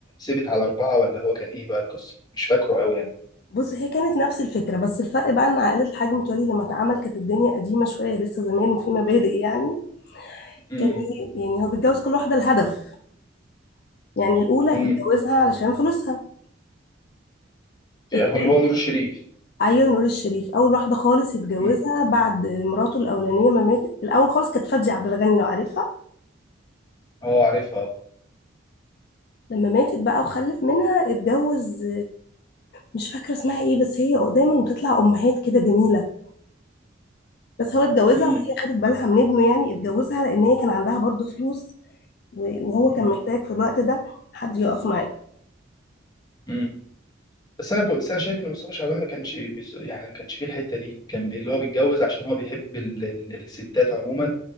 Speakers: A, on the left (about 20°); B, on the left (about 50°).
A: ثابت على أربعة ولا هو كان إيه بقى القصة؟ مش فاكره أوي يعني
B: بص هي كانت نفس الفكرة بس الفرق بقى ان عائلة الحاج متولي لما اتعمل كانت الدنيا قديمة شوية لسه زمان وفي مبادئ يعني
A: امم
B: كان ليه- يعني هو بيتجوز كل واحدة لهدف يعني الأولى
A: امم
B: اتجوزها علشان فلوسها
A: يعني
B: الت-
A: هو اللي هو نور الشريف
B: أيوة نور الشريف أول واحدة خالص اتجوزها
A: امم
B: بعد مراته الأولانية ما ماتت الأول خالص كانت فادية عبد الغني لو عارفها
A: أه عارفها
B: لما ماتت بقى وخلف منها اتجوز مش فاكرة اسمها ايه بس هي دايما بتطلع امهات كده جميلة بس هو اتجوزها
A: امم
B: وهي خدت بالها من ابنه يعني اتجوزها لان هي كان عندها برضو فلوس و- وهو كان
A: امم
B: محتاج في الوقت ده حد يقف معاه
A: امم بس أنا بس أنا شايف إن مصطفى شعبان ما كانش بيس- يعني ما كانش فيه الحتة دي كان بي- اللي هو بيتجوز عشان هو بيحب ال... ال... الستات عموما